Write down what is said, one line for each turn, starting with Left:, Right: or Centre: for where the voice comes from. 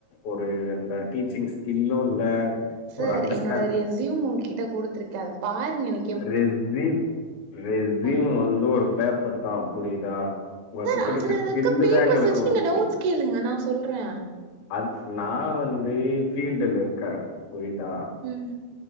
Left: ஒரு அந்த டீச்சிங் ஸ்கில்லு இல்ல
Right: சார்
Left: ஒரு அண்டர்ஸ்டாண்ட்
Right: என்னோட ரெசியூம் உங்கிட்ட குடுத்துருக்கே அத பாருங்க நீங்
Left: ரெஸ்சிம் ரெஸ்சியூம்
Right: ம்
Left: வந்து ஒரு பேப்பர் தா புரியுதா உங்ககிட்ட
Right: சார் அதுல
Left: இருக்குற
Right: இருக்க
Left: ஸ்கில்லு
Right: பேப்பர்ஸ்
Left: தா எங்களுக்கு
Right: வச்சு நீங்க
Left: முக்கியோ
Right: டவுட்ஸ் கேளுங்க நா சொல்றே
Left: அது நா வந்து ஃபீல்டுல இருக்கே புரியுதா
Right: ம்